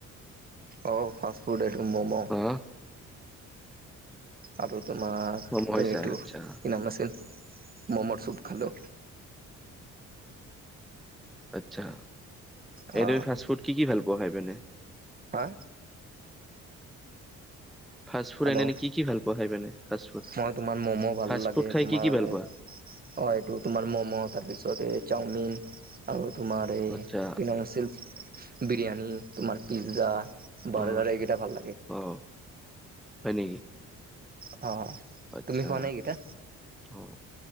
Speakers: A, on the right (about 30°); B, in the centre.
A: অ, ফাষ্ট ফুড এইটো ম'ম'।
B: অহ,
A: আৰু তোমাৰ
B: মম খাইছা
A: এইটো
B: আচ্ছা
A: কি নাম আছিল, মমৰ চুপ খালো।
B: আচ্ছা,
A: অ
B: এইদা ফাষ্টফুড কি কি ভাল পোৱা খাই পে নে?
A: হা,
B: ফাষ্ট ফুড
A: হেল্ল,
B: এনে কি কি ভাল পোৱা খাই পিনে ফাষ্ট ফুড?
A: মই তোমাৰ মম, ভাল
B: ফাষ্ট
A: লাগে
B: ফুড খাই
A: তোমাৰ।
B: কি কি ভাল
A: অ,
B: পোৱা?
A: এইটো তোমাৰ ম'ম' তাৰপিছত এই চাওমিন। আৰু তোমাৰ এই
B: আচ্ছা
A: কি নাম আছিল? বিৰিয়ানি, তোমাৰ পিজ্জা, বাৰ্গাৰ
B: অ
A: এইগেইটা ভাল লাগে।
B: অ, হয় নেকি।
A: অ,
B: আচ্ছা,
A: তুমি খোৱা নাই এইকেইটা
B: অ,